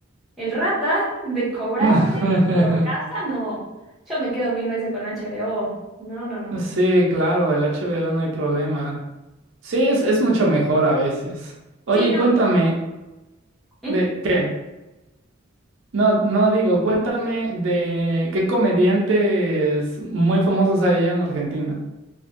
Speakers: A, in the centre; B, on the right (about 70°).
A: el rata de cobrarte
B: <laughs>
A: por casa, no. Yo me quedo mil veces con HBO. No, no, no.
B: Sí, claro, el HBO no hay problema. Sí, es, es mucho mejor a veces. Oye,
A: Sí,
B: y
A: no.
B: cuéntame,
A: ¿Mm?
B: ¿de qué? No, no digo, cuéntame de qué comediantes muy famosos hay allá en Argentina.